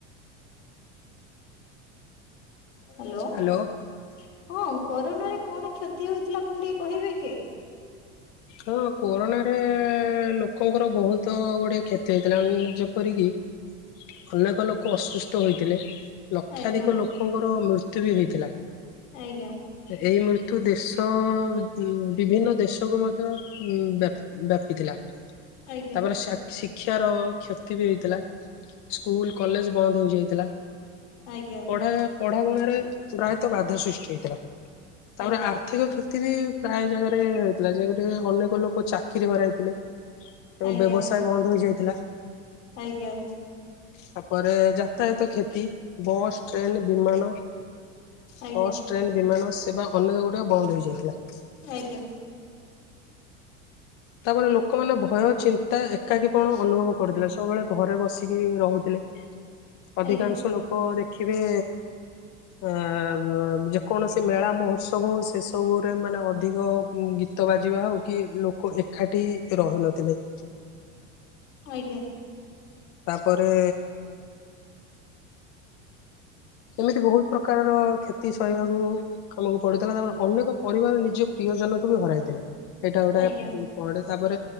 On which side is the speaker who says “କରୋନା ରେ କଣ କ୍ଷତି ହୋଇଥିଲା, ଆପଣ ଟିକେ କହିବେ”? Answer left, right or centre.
Left